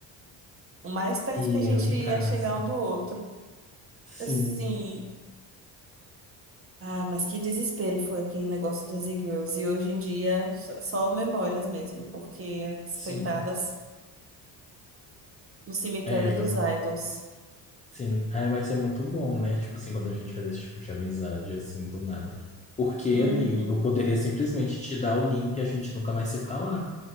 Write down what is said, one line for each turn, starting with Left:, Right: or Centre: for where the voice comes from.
Right: o mais perto
Left: E
Right: que a gente
Left: eu em casa.
Right: ia chegar um do outro.
Left: Sim,
Right: Assim, ah, mas que desespero foi aquele negócio das e-girls, e hoje em dia só só memórias mesmo, porque as
Left: sim.
Right: coitadas. No cemitério
Left: É, amiga,
Right: dos idols.
Left: Sim, ah, mas é muito bom, né? Tipo assim, quando a gente faz esse tipo de amizade, assim, do nada. Porque ele,
Right: Uhum.
Left: eu poderia simplesmente te dar o link e a gente nunca mais se falar.